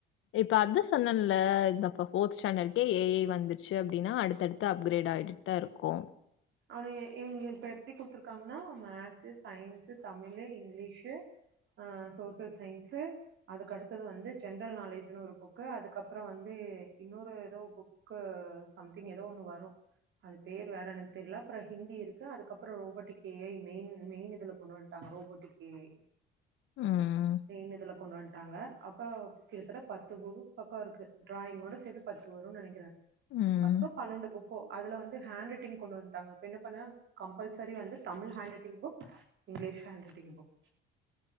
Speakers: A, on the left (about 70°); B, on the right (about 65°).
A: இப்ப அதா சொன்னன்ல இந்த இப்ப ஃபோர்த் ஸ்டாண்டர்ட்கே ஏ ஐ வந்துர்ச்சு அப்டின்னா அடுத்தடுத்து அப்கிரேட் ஆயிட்டுதா இருக்கு
B: அது இவங்க இப்ப எப்டி குடுத்துருக்காங்கன்னா மேக்ஸு சயின்ஸு தமிழு இங்கிலீஷு ஆஹ் சோசியல் சயின்ஸு அதுக்கடுத்தது வந்து ஜென்ரல் நாலேஜுன்னு ஒரு புக்கு அதுக்கப்புறோ வந்து இன்னொரு ஏதோ புக்கு சம்திங் ஏதோ ஒண்ணு வரு அது பேர் வேற எனக் தெரியல அப்றோ ஹிந்தி இருக்கு அதுக்கப்புறோ robotic A I main main இதுல கொண்டு வந்துட்டாங்க ரோபோட்டிக் ஏ ஐ
A: ம்.
B: சேரின்னு இதுல கொண்டு வந் த்தாங்க அப்ப கிட்டத்தட்ட பத்து புக்குக் பக்கோ இருக்கு டிராயிங்கோட சேத்து பத்து வருன்னு நெனைக்கிறே
A: ம்.
B: பத்தோ பன்னெண்டு புக்கோ அதுல வந் து ஹேண்ட் ரைட்டிங் கொண்டு வன்டாங்க என்ன பண்ண கம்பல்சரி வந்து Tamil handwriting book English handwriting book